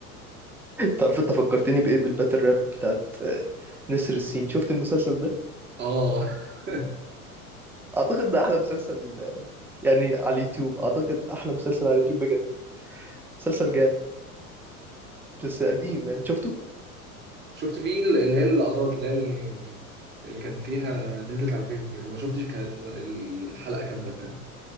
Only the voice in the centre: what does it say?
تعرف انت فكرتني بايه بالباتل راب بتاعت آه، نسر السين شفت المسلسل ده
اعتقد ده احلى مسلسل آه، يعني على اليوتيوب اعتقد احلى مسلسل على اليوتيوب بجد مسلسل جامد بس قديم يعني شفته